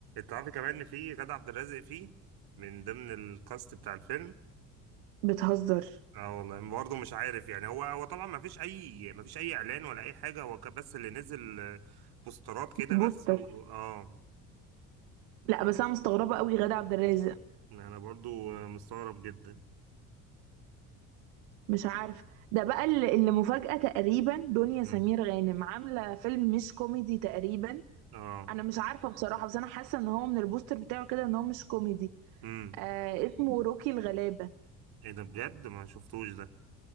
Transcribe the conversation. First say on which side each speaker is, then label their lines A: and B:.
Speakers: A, on the right; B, on the right.
A: تعرفي كمان ان في غادة عبد الرازق فيه من ضمن الكاست بتاع الفيلم
B: بتهزر
A: اه والله برضه مش عارف يعني هو هو طبعا ما فيش اي ما فيش اي اعلان ولا اي حاجه هو كان بس اللي نزل آه، بوسترات كده
B: البوستر
A: بس و... اه
B: لا بس انا مستغربه قوي غادة عبد الرازق
A: انا برضه آه، مستغرب جدا
B: مش عارف ده بقى اللي اللي مفاجاه تقريبا دنيا
A: امم
B: سمير غانم عامله فيلم مش كوميدي تقريبا
A: اه
B: انا مش عارفه بصراحه بس انا حاسه ان هو من البوستر بتاعه كده ان هو مش كوميدي
A: امم
B: آه اسمه روكي الغلابه
A: ايه ده بجد ما شفتوش ده